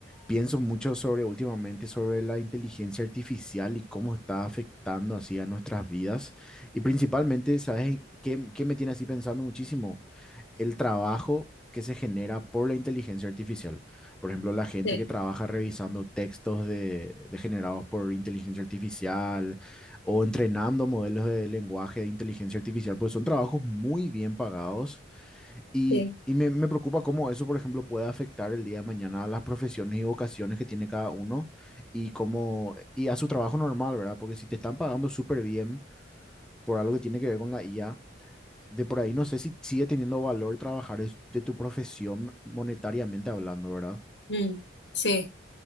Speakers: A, in the centre; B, on the left.
A: pienso mucho sobre últimamente sobre la inteligencia artificial y cómo está afectando así a nuestras vidas. Y principalmente, ¿sabes qué, qué me tiene así pensando muchísimo? el trabajo que se genera por la inteligencia artificial. Por ejemplo, la gente
B: Sí,
A: que trabaja revisando textos de, de generados por inteligencia artificial o entrenando modelos de lenguaje de inteligencia artificial, pues son trabajos muy bien pagados y,
B: sí.
A: y me, me preocupa cómo eso, por ejemplo, puede afectar el día de mañana a las profesiones y vocaciones que tiene cada uno y cómo, y a su trabajo normal, ¿verdad? Porque si te están pagando súper bien por algo que tiene que ver con la IA, de por ahí no sé si sigue teniendo valor trabajar es- de tu profesión monetariamente hablando, ¿verdad?
B: Mm, sí,